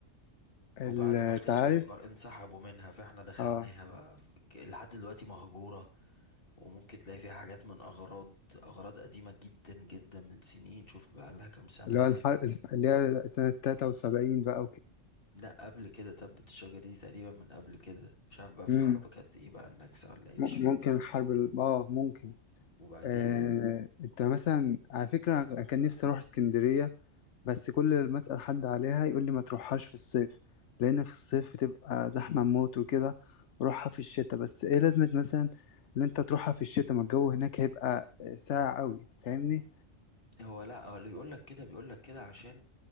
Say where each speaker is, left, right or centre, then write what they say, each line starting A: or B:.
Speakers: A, on the left; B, on the left.
A: ال-
B: وبعد ما خسروا
A: تعرف
B: خر- انسحبوا منها فإحنا دخلناها
A: أه
B: بقى ف- ك- لحد دلوقتي مهجورة وممكن تلاقي فيها حاجات من أغراض أغراض قديمة جدا جدا من سنين شوف بقى لها كام سنة
A: اللي هو
B: هناك
A: الح... اللي هي سنة تلاتة وسبعين بقى
B: لا قبل كده تبت الشجرة دي تقريبا من قبل كده مش عارف بقى في
A: وكده
B: حرب كانت ايه بقى النكسة ولا ايه
A: م-
B: مش فاكر
A: ممكن حرب ال... اه ممكن
B: وبعدين
A: آه... انت
B: و-
A: مثلا على فكرة أنا كان نفسي اروح اسكندرية بس كل اللي بسأل حد عليها يقول لي ما تروحهاش في الصيف لان في الصيف بتبقى زحمة موت وكده روحها في الشتاء بس ايه لازمة مثلا ان انت تروحها في الشتاء ما الجو هناك هيبقى ساقع قوي فاهمني
B: هو لا هو اللي بيقول لك كده بيقول لك كده عشان